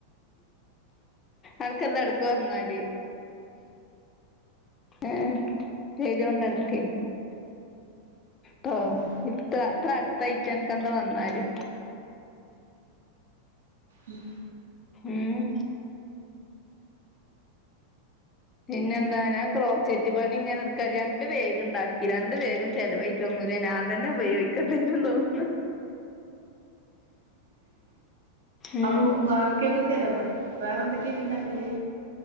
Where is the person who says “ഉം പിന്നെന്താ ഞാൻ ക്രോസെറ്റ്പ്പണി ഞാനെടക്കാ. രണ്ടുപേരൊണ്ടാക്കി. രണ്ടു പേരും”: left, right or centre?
Left